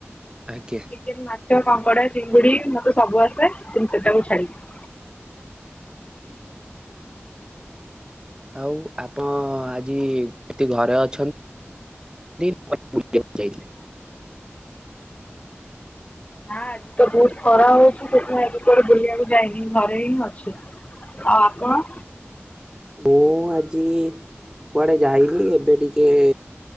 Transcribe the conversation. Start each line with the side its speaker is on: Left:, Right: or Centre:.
Right: ଆଜ୍ଞା।
Left: ଚିକେନ ମାଛ କଙ୍ଗଡା ଚିଙ୍ଗୁଡି ମତେ ସବୁ ଆସେ। କିନ୍ତୁ ସେଟାକୁ ଛାଡ଼ିକି।
Right: ଆଉ ଆପଣ ଆଜି ଏଠି ଘରେ ଅଛନ୍ତି? <inaudible> ଯାଇଥିଲେ।
Left: ନା ଆଜି ତ ବହୁତୁ ଖରା ହୋଉଚି। ସେଥିପାଇଁ ଆଜି କୁଆଡେ ବୁଲିବାକୁ ଯାଇନି ଘରେ ହିଁ ଅଛି। ଆଉ ଆପଣ?
Right: ମୁଁ ଆଜି କୁଆଡେ ଯାଇନି ଏବେ ଟିକିଏ